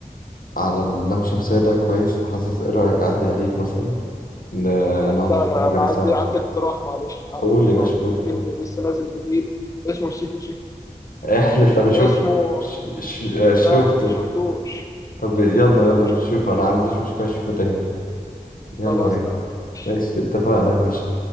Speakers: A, on the left (about 80°); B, on the left (about 25°).
A: على اللام شمسية ده كويس فحاسس إيه رأيك أعدي عليك مثلا ن- نقعد
B: لا
A: نتفرج
B: لا انا
A: عليه
B: عندي
A: سوا
B: عندي اقتراح معلش عندي
A: قول
B: اقتراح
A: يا باشا قول
B: في
A: قول
B: فيلم لسه نازل جديد اسمه سيكو سيكو
A: احلف
B: من
A: انا شفت
B: اسمه
A: ش... ش... آه، شفته
B: لا انا ما شفتوش
A: طب يلا
B: انا
A: يلا
B: ما شفتوش
A: نشوف انا ما عنديش مشكلة اشوفه تاني يلا
B: خلاص
A: بينا
B: تمام ماشي
A: ماشي اتفقنا يا باشا